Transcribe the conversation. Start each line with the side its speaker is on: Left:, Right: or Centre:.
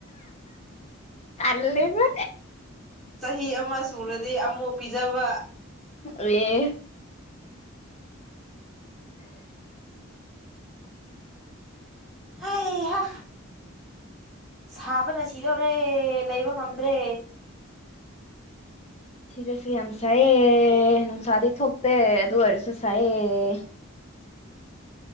Left: ꯇꯜꯂꯦꯗ
Centre: ꯆꯍꯤ ꯑꯃ ꯁꯨꯔꯗꯤ ꯑꯃꯨꯛ ꯄꯤꯖꯕ
Left: ꯑꯦ
Centre: ꯍꯩꯍꯥ ꯁꯥꯕꯅ ꯁꯤꯗꯣꯔꯦ ꯂꯩꯕ ꯉꯝꯗ꯭ꯔꯦ
Left: ꯁꯤꯗꯁꯨ ꯌꯥꯝ ꯁꯥꯏꯑꯦ ꯅꯨꯡꯁꯥꯗꯤ ꯊꯣꯛꯇꯦ ꯑꯗꯨ ꯑꯣꯏꯔꯁꯨ ꯁꯥꯏꯌꯦ